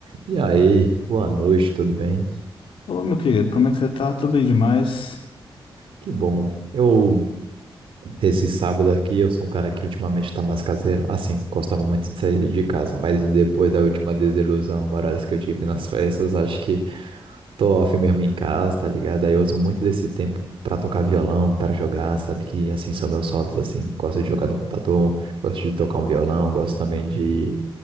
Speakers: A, on the right; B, on the left.
A: E aí, boa noite, tudo bem?
B: Ô, meu querido, como é que você tá? Tô bem demais.
A: Que bom. Eu, esse sábado aqui, eu sou um cara que ultimamente tá mais caseiro. Assim, gostava muito de sair de casa, mas depois da última desilusão amorosa que eu tive nas festas, acho que Tô off mesmo em casa, tá ligado? Aí eu uso muito desse tempo pra tocar violão, pra jogar, sabe? Que assim são meus hobbies, assim. Gosto de jogar no computador, gosto de tocar um violão, gosto também de